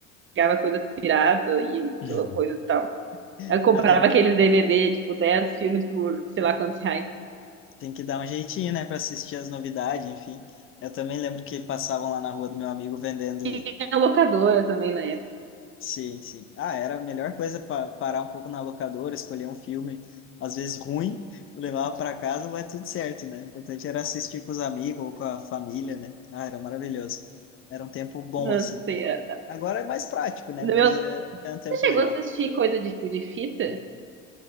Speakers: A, on the right; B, on the left.
A: pegava coisa pirata e
B: <laughs>
A: to- coisa e tal. Eu comprava
B: Ah, tem,
A: aqueles DVD, tipo, 10 filmes por sei lá quantos reais.
B: Tem que dar um jeitinho, né, para assistir as novidades, enfim. Eu também lembro que passavam lá na rua do meu amigo vendendo.
A: Tinha locadora também na época.
B: Sim, sim. Ah, era a melhor coisa para parar um pouco na locadora, escolher um filme, às vezes ruim, <laughs> levava para casa, vai tudo certo, né? O importante era assistir com os amigos ou com a família, né? Ah, era maravilhoso. Era um tempo bom,
A: Não
B: assim.
A: sei. é-
B: Agora é mais prático, né?
A: Meus...
B: Mas é, é um tempo
A: Você
B: legal.
A: chegou a assistir coisa de, tipo, de fita?